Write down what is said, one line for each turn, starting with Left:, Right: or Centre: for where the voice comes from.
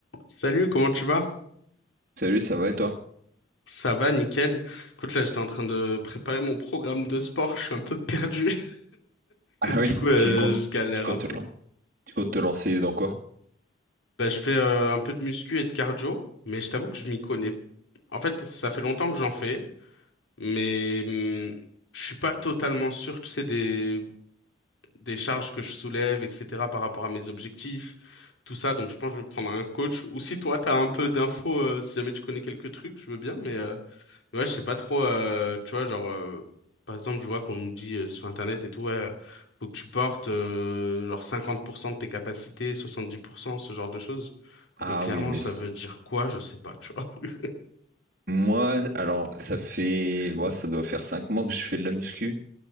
Left: Salut, comment tu vas?
Right: Salut, ça va et toi?
Left: Ça va, nickel. Écoute, là, j'étais en train de préparer mon programme de sport, je suis un peu perdu. <laughs>
Right: Ah oui,
Left: Du coup, euh,
Right: tu comptes,
Left: je galère
Right: tu comptes
Left: un peu.
Right: te lan- tu comptes te lancer dans quoi?
Left: Bah, je fais euh, un peu de muscu et de cardio, mais je t'avoue que je m'y connais. En fait, ça fait longtemps que j'en fais, mais hum, je suis pas totalement sûr, tu sais, des, des charges que je soulève, etc., par rapport à mes objectifs, tout ça. Donc, je pense que je vais prendre un coach. Ou si toi, t'as un peu d'infos, euh, si jamais tu connais quelques trucs, je veux bien, mais euh, Ouais, je sais pas trop, euh, tu vois, genre, euh, par exemple, je vois qu'on nous dit euh, sur Internet et tout, ouais, euh, faut que tu portes euh, genre 50% de tes capacités, 70%, ce genre de choses.
Right: Ah
Left: Mais clairement,
Right: oui, mais
Left: ça
Right: c-
Left: veut dire quoi? Je sais pas, tu vois. <laughs>
Right: moi, alors ça fait, moi ça doit faire cinq mois que je fais de la muscu